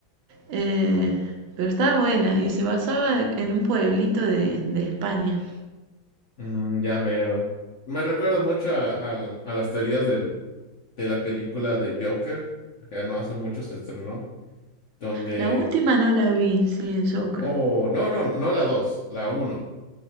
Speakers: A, on the right; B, on the left.
A: Eh, pero estaba buena y se basaba en un pueblito de, de España.
B: Mm, ya veo. Me recuerda mucho a, al- a las teorías del- de la película de Joker, que no hace mucho se estrenó. donde...
A: La última no la vi, sí, el Joker.
B: Oh, no, no, no la dos la uno